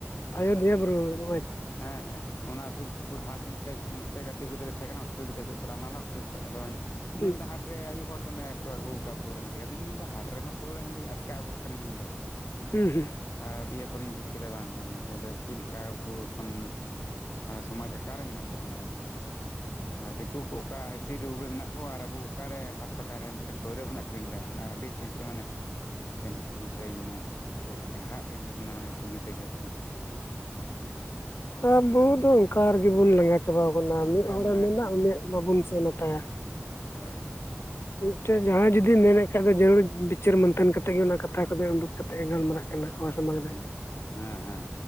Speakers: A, on the left; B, on the left.
A: ᱟᱭᱚᱫᱷᱭᱟ ᱵᱩᱨᱩ ᱱᱚᱜᱼᱚ
B: ᱦᱮᱸ ᱦᱮᱸ᱾ ᱚᱱᱟ ᱥᱩᱨ ᱥᱩᱯᱩᱨ ᱦᱟᱴ ᱢᱤᱫᱴᱮᱡ ᱚᱱᱛᱮ ᱜᱟᱛᱮ ᱜᱤᱫᱽᱨᱟᱹ ᱛᱟᱦᱮᱸ ᱠᱟᱱᱟ ᱦᱳᱥᱴᱮᱞ ᱜᱤᱫᱽᱨᱟᱹ ᱠᱷᱚᱱ ᱪᱟᱞᱚᱣ ᱞᱮᱱᱟ ᱞᱮ ᱦᱳᱥᱴᱮᱞ ᱠᱷᱚᱡ ᱟᱫᱚᱧ᱾ ᱧᱮᱞ
A: ᱦᱩᱸ
B: ᱫᱟ ᱦᱟᱴ ᱨᱮ ᱟᱭᱩ ᱦᱚᱲ ᱫᱚᱢᱮ᱾ ᱠᱚ ᱟᱹᱜᱩ ᱣᱟᱠᱟᱼᱟ ᱯᱟᱹᱣᱨᱟᱹ ᱦᱟᱺᱰᱤ ᱟᱫᱚᱧ ᱢᱮᱱᱫᱟ ᱦᱟᱴ ᱨᱮᱦᱚᱸ ᱯᱟᱹᱣᱨᱟᱹ ᱦᱟᱺᱰᱤ ᱟᱪᱠᱟᱣ ᱜᱚᱜ ᱠᱟᱹᱱᱤᱧ ᱤᱧᱫᱚ᱾
A: ᱦᱩᱸ ᱦᱩᱸ᱾
B: ᱟᱨ ᱫᱤᱭᱮ ᱯᱚᱨᱮᱧ ᱵᱩᱡ ᱠᱮᱫᱟ ᱵᱟᱝ ᱵᱟᱝ ᱛᱟᱦᱞᱮ᱾ ᱪᱮᱫ ᱞᱮᱠᱟ ᱟᱵᱚ ᱮᱠᱷᱚᱱ ᱥᱚᱢᱟᱡᱽ ᱟᱠᱟᱨᱮ ᱢᱮᱱᱟᱜ ᱛᱟᱵᱚᱱᱟ ᱟᱵᱚ᱾ ᱟᱨ ᱫᱤᱠᱩ ᱠᱚ ᱚᱠᱟ ᱤᱥᱤ ᱨᱩᱢ ᱨᱮ ᱢᱮᱱᱟᱜ ᱠᱚᱣᱟ ᱟᱨ ᱟᱵᱚ ᱚᱠᱟ ᱨᱮ ᱦᱟᱴ ᱯᱟᱴᱟ ᱨᱮ ᱢᱤᱫ ᱴᱮᱱ᱾ ᱯᱟᱹᱣᱨᱟᱹ ᱵᱚᱱ ᱟᱹᱠᱷᱨᱤᱧ ᱫᱟ ᱢᱟᱱᱮ ᱟᱹᱰᱤ ᱪᱤᱱᱛᱟᱹ ᱢᱟᱱᱮ ᱢᱤᱫᱴᱮᱱ ᱵᱤᱥᱚᱭ ᱢᱟᱱᱮ᱾ ᱟᱹᱲᱦᱟᱜ ᱜᱮ ᱵᱩᱡ ᱮᱱᱟ ᱢᱟᱱᱮ ᱢᱤᱫᱴᱮᱱ ᱡᱩᱫᱟ ᱜᱮ ᱟᱨᱠᱤ ᱦᱩᱸ᱾
A: ᱟᱵᱚ ᱫᱚ ᱚᱱᱠᱟ ᱨᱮᱜᱮ ᱵᱚᱱ ᱞᱟᱸᱜᱟ ᱪᱟᱵᱟᱣ ᱟᱠᱟᱱᱟ
B: ᱚᱱᱠᱟ
A: ᱢᱤᱫ
B: ᱜᱮᱵᱚᱱ
A: ᱦᱚᱲᱮ
B: ᱞᱟᱸᱜᱟ
A: ᱢᱮᱱᱟ
B: ᱪᱟᱵᱟᱭᱮᱱᱟ
A: ᱩᱱᱤᱭᱟᱜ ᱵᱟᱵᱚᱱ ᱥᱮᱱ ᱟᱛᱟᱭᱟ᱾
B: ᱦᱳᱭ ᱦᱳᱭ ᱦᱳᱭ᱾
A: ᱢᱤᱫᱴᱮᱱ ᱡᱟᱦᱟᱭ ᱡᱩᱫᱤ ᱢᱮᱱᱮᱜ ᱠᱷᱟᱭ ᱫᱚ ᱡᱟᱹᱨᱩᱲ ᱵᱤᱪᱟᱹᱨ ᱢᱟᱱᱛᱷᱟᱱ ᱠᱟᱛᱮ ᱜᱮ ᱚᱱᱟ ᱠᱟᱛᱷᱟ ᱠᱚᱫᱚᱭ ᱩᱰᱩᱠ ᱠᱟᱛᱮ ᱮ ᱜᱟᱞᱢᱟᱨᱟᱜ᱾ ᱦᱚᱲ ᱥᱟᱢᱟᱝ
B: ᱜᱟᱞᱢᱟᱨᱟᱜ
A: ᱨᱮ
B: ᱦᱮᱸ ᱦᱮᱸ